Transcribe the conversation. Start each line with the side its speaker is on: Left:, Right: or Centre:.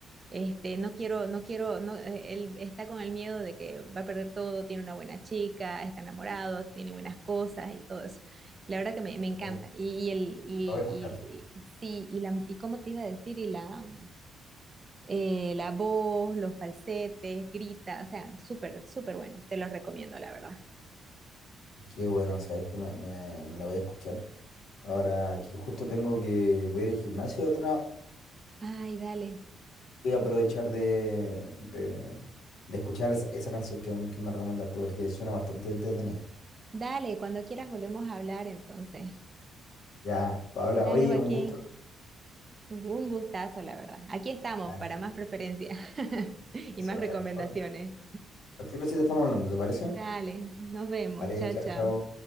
Right: este, no quiero, no quiero, no, eh, él está con el miedo de que va a perder todo, tiene una buena chica, está enamorado, tiene buenas cosas y todo eso. La verdad que me, me encanta.
Left: Oh, Lo
Right: Y, y el, y,
Left: voy a escuchar.
Right: y- y- sí, y la, y cómo te iba a decir, y la, eh, la voz, los falsetes, grita, o sea, súper, súper buena. Te los recomiendo, la verdad.
Left: Qué bueno, sabes que me, me- me la voy a escuchar. Ahora, aquí justo tengo que voy a ir al gimnasio ahora
Right: Ay, dale,
Left: Voy a aprovechar de, de, de escuchar esa, esa canción que, que me recomendaste porque suena bastante entretenida.
Right: dale, cuando quieras volvemos a hablar entonces.
Left: Ya, Paola,
Right: Dale,
Left: oye,
Right: Joaquín.
Left: un gusto.
Right: Un gustazo, la verdad. Aquí estamos
Left: Ah,
Right: para más preferencia <laughs> y
Left: Eso,
Right: más recomendaciones.
Left: eh, otra- cualquier cosita estamos hablando, ¿te parece?
Right: Dale, nos vemos.
Left: Vale,
Right: Chao,
Left: chao,
Right: chao.
Left: chao.